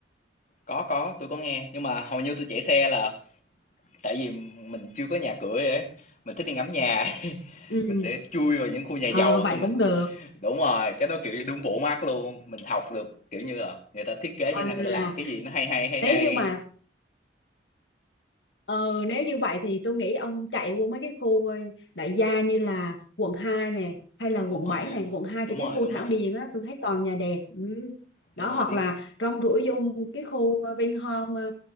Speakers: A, on the left; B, on the left.
A: có có tôi có nghe nhưng mà hầu như tôi chạy xe là tại vì mình chưa có nhà cửa ấy mình thích đi ngắm nhà <laughs>
B: ừ
A: mình sẽ chui vào những khu nhà giàu
B: Ờ, vậy
A: xong
B: cũng
A: mình
B: được
A: đúng rồi cái đó kiểu như đúng bộ mắt luôn mình học được kiểu như là người ta thiết kế
B: à,
A: như thế nào người ta làm cái gì nó hay hay hay
B: nếu
A: hay
B: như mà ờ, nếu như vậy thì tôi nghĩ ông chạy vô mấy cái khu ờ, đại gia như là quận 2 nè hay là quận
A: đúng rồi
B: 7 này quận hai
A: đúng
B: thì cái
A: rồi
B: khu
A: đúng
B: Thảo
A: rồi
B: Điền á tôi thấy toàn nhà đẹp ừ.
A: đúng
B: đó
A: rồi
B: hoặc
A: đi
B: là rong ruổi vô cái khu ờ, Vinhome ờ,